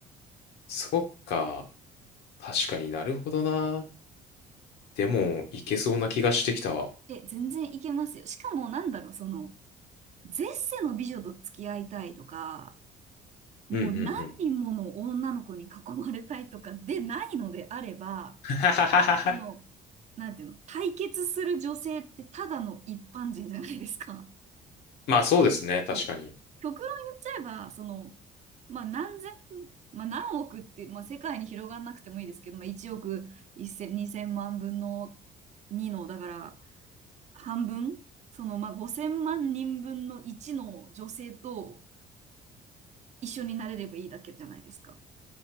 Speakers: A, on the left; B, on the right.
A: そっか、確かになるほどな。でも、いけそうな気がしてきた。
B: う。え、全然いけますよ。しかもなんだろう、その、絶世の美女と付き合いたいとか、もう何人もの女の子に囲まれたいとかでないのであれば、
A: うんうんうん。<laughs>
B: その、なんていうの、対決する女性ってただの一般人じゃないですか。
A: まあそうですね、
B: <laughs>
A: 確かに。
B: そう。極論言っちゃえば、その、まあ何千、まあ何億って、まあ世界に広がんなくてもいいですけど、まあ1億1 0 0千2000万分の2の、だから半分、そのまあ5000万人分の1の女性と一緒になれればいいだけじゃないですか。っ